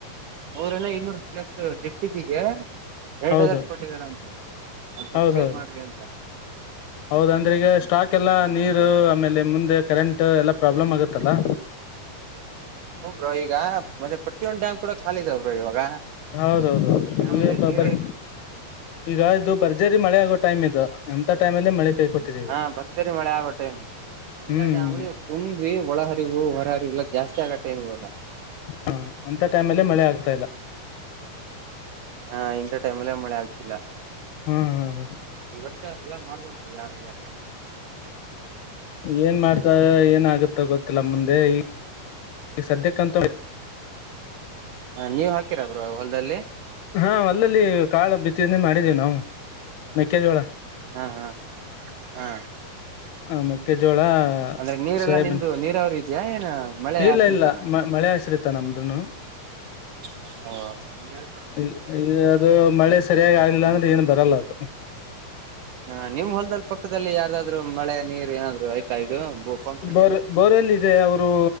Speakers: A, on the right; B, on the left.
A: ನುರೇನು ಇನ್ನೂರು <unintelligible> ಡಿಸ್ಟಿಕೀಗೆ ರೆಡ್
B: ಹೌದು
A: ಅಲರ್ಟ್ ಕೊಟ್ಟಿದರಂತೆ ಅದ ಸ್ವಲ್ಪ
B: ಹೌದೌದು
A: ಕೇರ್ ಮಾಡ್ರಿ ಅಂತ.
B: ಹೌದ ಅಂದ್ರ ಈಗ ಸ್ಟಾಕ್ ಎಲ್ಲಾ ನೀರು ಆಮೇಲೆ ಮುಂದೆ ಕರೆಂಟ್ ಎಲ್ಲಾ ಪ್ರಾಬ್ಲಮ್ ಆಗತ್ತಲ್ಲಾ.
A: ಹ್ಮ್ಮ್ ಬ್ರೋ ಈಗ ಮತ್ತೆ ಪ್ರತಿಯೊಂದು ಡ್ಯಾಮ್ ಕೂಡ ಖಾಲಿ ಇದಾವ ಬ್ರೋ ಇವಾಗ.
B: ಹೌದೌದೌದು
A: ಡ್ಯಾಮ್
B: ಈಗ
A: ಅಲ್ಲಿ
B: <unintelligible>
A: ನೀರೇ
B: ಬರ್
A: ಇಲ್ಲ
B: ಈಗ ಇದು ಬರ್ಜರಿ ಮಳೆ ಆಗೋ ಟೈಮ್ ಇದು ಹಂತ ಟೈಮ ಅಲ್ಲೇ ಮಳೆ. ಕೈ ಕೊಟ್ಟಿದೆ ಈಗ
A: ಹಾ ಭರ್ಜರಿ ಮಳೆ ಆಗೋ ಟೈಮು ಎಲ್ಲಾ
B: ಹ್ಮ್
A: ಡ್ಯಾಮಗಳು. ತುಂಬಿ ಒಳಹರಿವು ಹೊರಹರಿವು ಎಲ್ಲ ಜಾಸ್ತಿ ಆಗ ಟೈಮ್ ಇವಾಗ.
B: ಹ ಹಂತ ಟೈಮಲ್ಲೇ
A: ಏನಿಲ್ಲ
B: ಮಳೆ ಆಗ್ತಾ ಇಲ್ಲ.
A: ಹಾ ಇಂಥ ಟೈಮಲ್ಲೇ ಮಳೆ ಆಗ್ತಿಲ್ಲ.
B: ಹ್ಮ್ ಹ್ಮ್ ಹೌದ.
A: ಈ ವರ್ಷ ಹೊಲ ಮಾಡ್ಬಾರ್ದು ಯಾರು <unintelligible> ಯ
B: ಏನ್ <unintelligible> ಮಾಡ್ತಾರ ಏನ ಆಗತ್ತ ಗೊತ್ತಿಲ್ಲ ಮುಂದೆ ಈ. ಈ ಸದ್ಯಕ್ಕಂತು <unintelligible>
A: ಹ ನೀವ್ ಹಾಕಿರ ಬ್ರೋ ಹೊಲ್ದಲ್ಲಿ.
B: ಹ ಹೊಲ್ದಲ್ಲಿ ಕಾಳು ಬಿತ್ತಿದನೆ ಮಾಡಿದ್ದೀವಿ ನಾವು ಮೆಕ್ಕೆಜೋಳ.
A: ಹಾ ಹಾ ಹಾ
B: ಹ ಮೆಕ್ಕೆಜೋಳ.
A: ಅಂದ್ರೆ ನೀರೆಲ್ಲಾ
B: ಸೋಯಬಿನ್
A: ನಿಮ್ದು ನೀರಾವರಿ ಇದೆಯಾ ಏನ ಮಳೆ
B: ಇಲ್ಲ
A: ಆಶ್ರಿತಾನ
B: ಇಲ್ಲ ಮಳೆ ಹಸಿರಿತ ನಮ್ದನು.
A: ಹ
B: ಈಗ ಈಗ ಅದು ಮಳೆ ಸರಿಯಾಗಿ ಆಗ್ಲಿಲ್ಲ ಅಂದ್ರೆ ಏನು ಬರಲ್ಲ ಅದು.
A: ಹ ನಿಮ್ ಹೊಲ್ದಲ್ಲಿ ಪಕ್ಕದಲ್ಲಿ ಯಾರ್ದಾದ್ರು ಮಳೆ ನೀರ ಏನಾದ್ರು ಆಯ್ತಾ ಇದು ಪಂಪ್ ಸೆಟ್
B: ಬೋರ್
A: ಎಲ್ಲ
B: ಬೋರ್ಲ್ಲಿ ಇದೆ ಅವರು